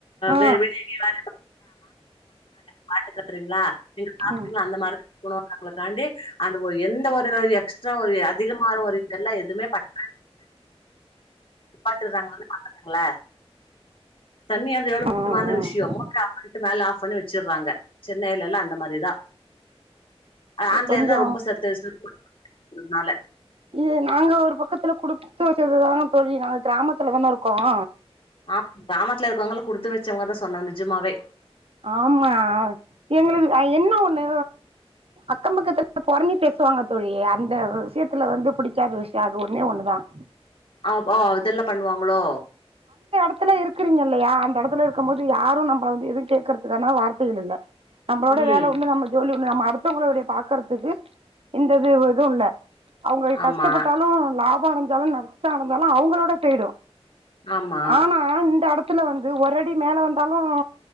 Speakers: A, on the right (about 65°); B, on the left (about 55°).
A: ஆ
B: வெளிய எங்களா மாச <unintelligible>
A: ம்
B: <unintelligible> அது ஒரு எந்த ஒரு எக்ஸ்ட்ரா ஒரு அதிகமா ஒரு இதெல்லாம் எதுவுமே பன பட்டு இருக்காங்கள பாட்டாங்களா <unintelligible> தண்ணி எவ்வளவு
A: ஆ
B: முக்கியமானவிஷயம்.
A: ஆ
B: மோட்டர் ஆஃப் பண்ணிட்டு மேலே ஆஃப் பண்ணி வச்சிறாங்க. சென்னையிலல்லாம் அந்த மாரிதான் ஆன்லைன்
A: கொஞ்சோ
B: தான் ரொம்ப சத்து ச என்னால
A: இது நாங்க ஒரு பக்கத்துல கொடுத்து வச்சதுதாங்க தோழி நாங்க கிராமத்துலதானே இருக்கோம்
B: ஆஹ் கிராமத்துல இருக்கவங்கள குடுத்து வச்சவங்கதான் சொன்னாம் நிஜமாவே
A: ஆமா எங்களுக்கு என்ன ஒண்ணு அக்கம் பக்கத்துல பொறனி பேசுவாங்க தோழி அந்த விஷயத்துல வந்து புிடிக்காத விஷயம் அது ஒன்னே ஒண்ணுதான்
B: ஆஹப்ப இதெல்லாம் பண்ணுவாங்களோ
A: இடத்துல இருக்கிறீங்க இல்லையா அந்த இடத்து இருக்கும் போது யாரும் நம்ம வந்து எது கே இருக்கிறதுக்கான வார்த்தைகள் இல்ல நம்மளோட
B: ம்
A: வேலை உண்டு நம்ம ஜோலி உண்டு நம்ம மத்தவங்களுடைய பாக்கறதுக்கு இந்தது இது இல்ல அவங்க
B: ஆமா
A: கஷ்டப்பட்டாலும் ல கஷ்டம் இருந்தாலும் நஷ்டம் இருந்தாலும் அவங்களோட போயிடும்
B: ஆமா
A: ஆனா இந்த இடத்து ஒரு இடத்துல வந்து ஒ அடி மேல வந்தாலும்